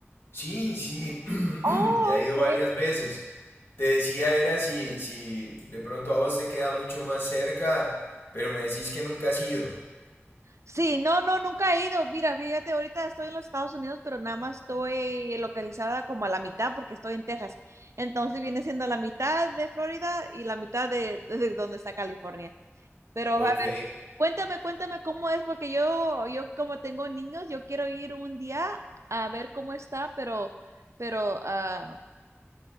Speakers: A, on the left (about 60°); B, on the right (about 85°).
A: Sí, sí, <clears throat>
B: Oh,
A: ya he ido
B: ok.
A: varias veces. Te decía era si, si de pronto a vos te queda mucho más cerca, pero me decís que nunca has ido.
B: Sí, no, no, nunca he ido. Mira, fíjate, ahorita estoy en los Estados Unidos, pero nada más estoy localizada como a la mitad porque estoy en Texas. Entonces viene siendo la mitad de Florida y la mitad de, de donde está California. Pero
A: Ok.
B: a ver, cuéntame, cuéntame cómo es, porque yo, yo como tengo niños, yo quiero ir un día a ver cómo está, pero, pero, ah,